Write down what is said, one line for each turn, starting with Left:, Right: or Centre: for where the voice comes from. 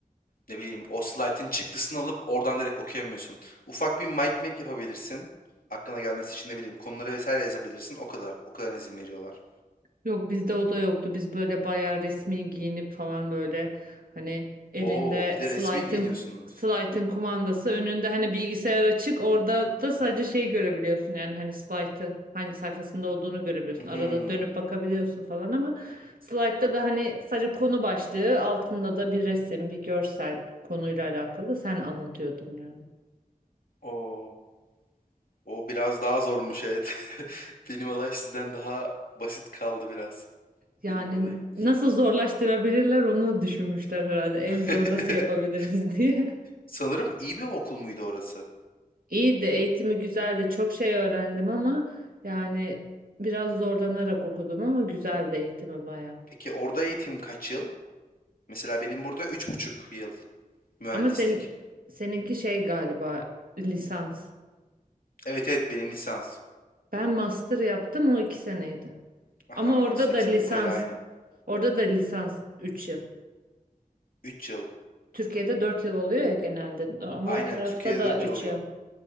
Left: ne bileyim o slaytın çıktısını alıp oradan direkt okuyamıyorsun. Ufak bir mind map yapabilirsin. Aklına gelmesi için ne bileyim konuları vesaire yazabilirsin. O kadar. O kadar izin veriyorlar.
Right: Yok bizde o da yoktu. Biz böyle bayağı resmi giyinip falan böyle hani elinde
Left: Oo, bir de
Right: slaytın
Left: resmi giyiniyorsunuz.
Right: slaytın kumandası önünde hani bilgisayar açık orada da sadece şey görebiliyorsun yani hani slaytı hangi sayfasında olduğunu görebiliyorsun.
Left: Mhm.
Right: Arada dönüp bakabiliyorsun falan ama slaytta da hani sadece konu başlığı altında da bir resim bir görsel konuyla alakalı sen anlatıyordun yani.
Left: Oo. O biraz daha zormuş evet. <laughs> Benim olay sizden daha basit kaldı biraz.
Right: Yani
Left: Benim olayım.
Right: nasıl zorlaştırabilirler onu düşünmüşler herhalde en
Left: <laughs>
Right: zor nasıl yapabiliriz diye. <laughs>
Left: Sanırım iyi bir okul muydu orası?
Right: İyi de eğitimi güzeldi. Çok şey öğrendim ama yani biraz zorlanarak okudum ama güzeldi eğitimi baya.
Left: Peki orada eğitim kaç yıl? Mesela benim burada üç buçuk yıl mühendislik.
Right: Ama senin seninki şey galiba lisans.
Left: Evet evet benim lisans.
Right: Ben master yaptım o iki seneydi.
Left: Aha
Right: Ama
Left: master
Right: orada
Left: ikisinin
Right: da lisans
Left: burayla aynı.
Right: orada da lisans 3 yıl.
Left: 3 yıl.
Right: Türkiye'de 4 yıl oluyor ya genelde ama
Left: Aynen
Right: o tarafta
Left: Türkiye'de
Right: da
Left: 4
Right: 3
Left: yıl oluyor.
Right: yıl.